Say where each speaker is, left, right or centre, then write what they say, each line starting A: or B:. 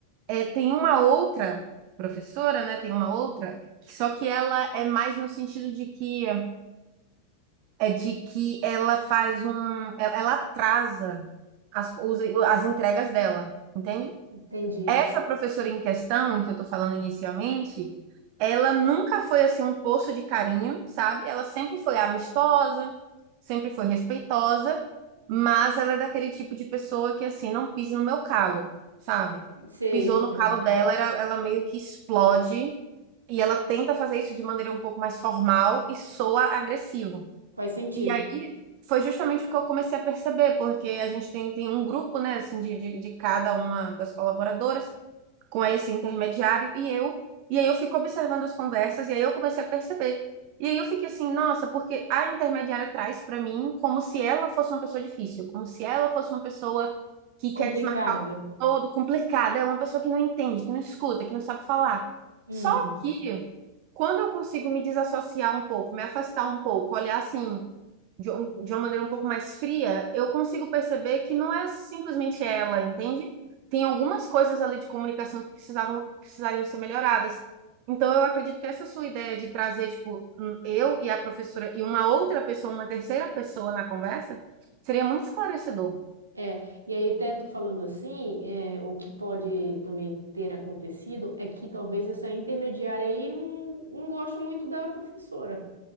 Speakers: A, on the right (about 45°); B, on the right (about 75°).
A: É, tem uma outra professora, né? Tem uma outra, só que ela é mais no sentido de que é de que ela faz um, ela, ela atrasa as, os- as entregas dela, entende?
B: Entendi.
A: Essa professora em questão, que eu tô falando inicialmente, ela nunca foi assim um poço de carinho, sabe? Ela sempre foi amistosa, sempre foi respeitosa, mas ela é daquele tipo de pessoa que assim não pisa no meu calo, sabe?
B: Sei,
A: Pisou
B: eu entendo.
A: no calo dela, era- ela meio que explode e ela tenta fazer isso de maneira um pouco mais formal e soa agressivo.
B: Faz sentido.
A: E aí foi justamente o que eu comecei a perceber, porque a gente tem, tem um grupo, né, assim, de, de, de cada uma das colaboradoras, com esse intermediário, e eu, e aí eu fico observando as conversas, e aí eu comecei a perceber. E aí eu fiquei assim, nossa, porque a intermediária traz para mim como se ela fosse uma pessoa difícil, como se ela fosse uma pessoa que
B: Complicada.
A: quer desmarcar o tempo todo, complicada, é uma pessoa que não entende, que não escuta, que não sabe falar.
B: Hum,
A: Só que quando eu consigo me desassociar um pouco, me afastar um pouco, olhar assim, de, um- de uma maneira um pouco mais fria, eu consigo perceber que não é simplesmente ela, entende? Tem algumas coisas ali de comunicação que precisavam, precisariam ser melhoradas. Então, eu acredito que essa sua ideia de trazer, tipo, um- eu e a professora e uma outra pessoa, uma terceira pessoa na conversa, seria muito esclarecedor.
B: é. E aí, até tu falando assim, é, o que pode também ter acontecido é que talvez essa intermediária aí não, não goste muito da professora.